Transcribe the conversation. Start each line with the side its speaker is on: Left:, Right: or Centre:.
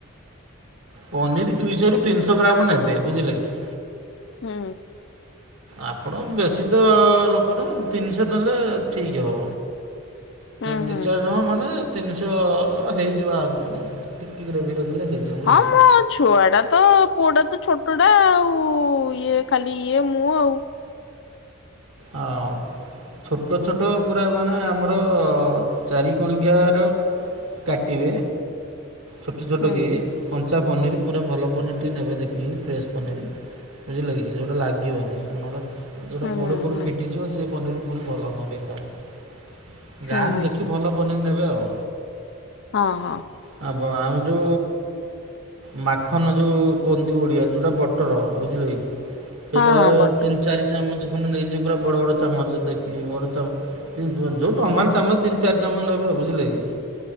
Right: ପନିର୍ ଦୁଇଶହରୁ ତିନିଶହ ଗ୍ରାମ ନେବେ ବୁଝିଲେ କି
Left: ହୁଁ।
Right: ଆପଣ ବେଶୀ ତ ଲୋକ ନୁହଁ ତିନିଶହ ନେଲେ ଠିକ୍ ହେବ।
Left: ହୁଁ
Right: ଦୁଇ
Left: ହୁଁ।
Right: ଚାରିଜଣ ମାନେ ତିନିଶହ ହେଇଯିବ ଆ ପାଇଁ ଏତିକିରେ ଭି ରଖିଲେ ହେଇଯିବ। ବୁଝିଲେ
Left: ହଁ ମୋ
Right: କି?
Left: ଛୁଆ ଟା ତ ପୁଅଟା ତ ଛୋଟଟା ଆଉ ଇଏ ଖାଲି ଇଏ ମୁଁ ଆଉ
Right: ଆଁ ଛୋଟ ଛୋଟ ପୁରା ମାନେ ଆମର ଚାରିିକଣିକାର କାଟିବେ ଛୋଟ ଛୋଟ
Left: ହୁଁ
Right: କି କଞ୍ଚା ପନିରି ପୁରା ଭଲ ପନିରଟି ନେବେ ଦେଖିକି ଫ୍ରେଶ ପନିର ବୁଝିଲ କି ଯୋଉଟା ଲାଗିବନି ନହେଲା ଯେଉଁଟା
Left: ହୁଁ
Right: ପୋଡ଼ୁ
Left: ହୁଁ
Right: ପୋଡ଼ୁ
Left: ହୁଁ
Right: ଫିଟିଯିବ ସେ ପନିର ପୁଣି ଭଲ ନୁହେଁ ବେକାର
Left: ହୁଁ
Right: ଗାଁରେ
Left: ହୁଁ
Right: ଦେଖି ଭଲ ପାନିର ନେବେ ଆଉ
Left: ହଁ ହଁ।
Right: ଆ ଆମେ ଯୁ ମାଖନ ଯୋଉ କୁହନ୍ତି ଓଡ଼ିଆରେ ଯେଉଁଟା ବଟର ବୁଝିଲେ କି ସେଇଟାରେ
Left: ହଁ ହଁ ବଟନ
Right: ତିନି ଚାରି ଚାମଚ ଖଣ୍ଡେ ନେଇଯିବ ପୁରା ବଡ ବଡ ଚାମଚ୍ ଦେଖିକି ଯୋଉ ନର୍ମାଲ ଚାମଲ ତିନି ଚାରି ଚାମ ନେବେ ବୁଝିଲେ କି।